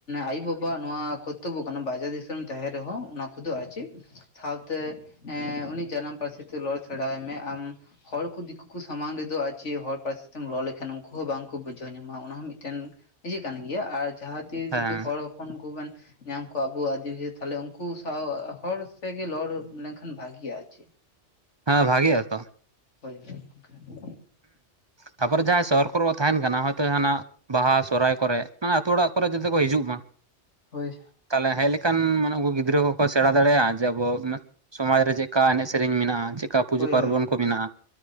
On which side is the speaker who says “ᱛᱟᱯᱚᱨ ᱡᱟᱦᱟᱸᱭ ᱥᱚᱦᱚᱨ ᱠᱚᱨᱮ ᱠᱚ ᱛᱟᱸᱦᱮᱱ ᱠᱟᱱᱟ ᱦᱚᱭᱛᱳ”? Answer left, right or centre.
Right